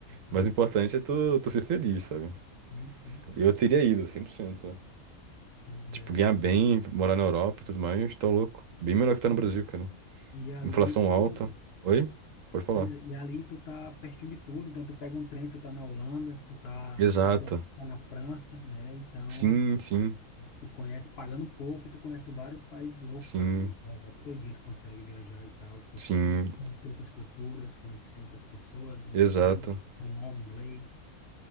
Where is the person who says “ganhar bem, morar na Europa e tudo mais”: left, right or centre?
Right